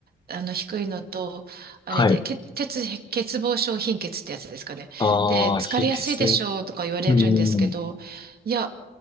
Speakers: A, on the right; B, on the left.
A: あの低いのと、あれで、
B: はい。
A: け鉄、欠乏症貧血ってやつですかね。
B: ああ、
A: で、疲れやすいでしょうとか言われるんですけど、
B: 貧血ね。うーん。
A: いや、